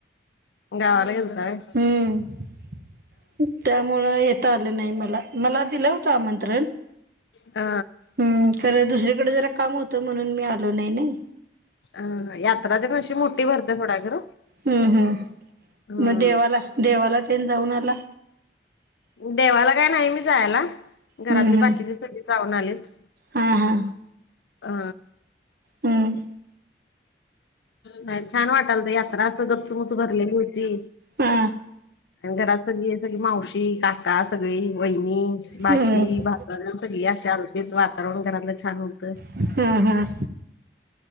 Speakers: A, on the left; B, on the right.
A: गावाला गेलता वय
B: हम् त्यामुळं येता आलं नाइ मला मला दिलं होतं आमंत्रण
A: ह
B: हम खरं दुसरीकड जरा काम हुत म्हणून मी आलो नाइ नाइ
A: अ यात्रा तेनअशी मोठी भरत्या सोडा खर
B: हम्म. हम्म
A: हम
B: मग देवाला देवाला तेन जाऊन आला
A: देवाला काय न्हाइ मी जायाला, घरातली
B: हम्म हम्म.
A: बाकीचे सगळी जाऊन आलीत
B: हा हा
A: अ
B: हम्म
A: का छान वाटालत यात्रा असं गच्च मुच्च भरलेली हुती!
B: हा.
A: अन घरात सगळी सगळी मावशी काका सगळी वैणी बाची
B: हम्म.
A: भाचा तेण सगळी अशी आलतीत वातावरण घरातलं छान हुत
B: हम्म हम्म